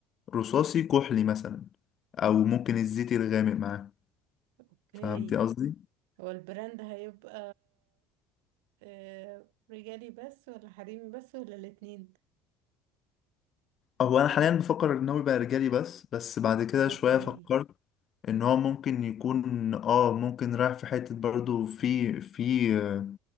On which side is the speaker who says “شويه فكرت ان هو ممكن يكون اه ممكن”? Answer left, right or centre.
Left